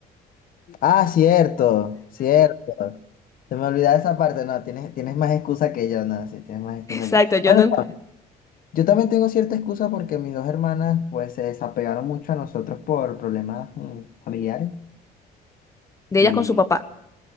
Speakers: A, on the left; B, on the left.
A: Ah, cierto, cierto. Se me olvidaba esa parte. No, tienes, tienes más excusa que yo, no, sí, tienes más
B: <laughs>
A: excusa
B: Exacto,
A: que yo.
B: yo
A: Bueno,
B: no.
A: no, yo también tengo cierta excusa porque mis dos hermanas, pues, se desapegaron mucho a nosotros por problemas mm, familiares.
B: De
A: Y,
B: ellas con su papá,